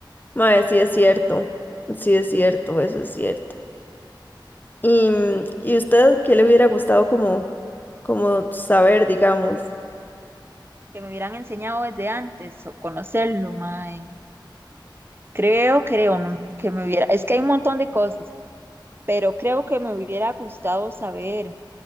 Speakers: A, on the left; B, on the right.
A: Mae, sí es cierto. Sí es cierto, eso es cierto. ¿Y, mm, ¿y usted qué le hubiera gustado como, como saber, digamos?
B: que me hubieran enseñado desde antes o conocerlo, mae. Creo, creo, ¿no? que me hubiera, es que hay un montón de cosas, pero creo que me hubiera gustado saber,